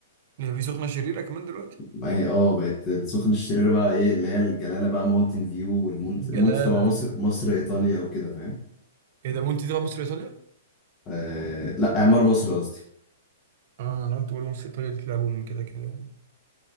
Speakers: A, on the right; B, on the left.
A: ده في سخنة شريرة كمان دلوقتي
B: ما هي اه بقت السخنة الشريرة بقى ايه اللي هي الجلالة بقى ماونتن فيو والمونت
A: جلاله
B: المونت تبع مصر مصر ايطاليا وكده فاهم
A: إيه ده وأنت تبع مصر إيطاليا؟
B: آه لا اعمار مصر قصدي
A: آه أنا قلت برضه مصر إيطاليا دي تلعب أم كده كده يعني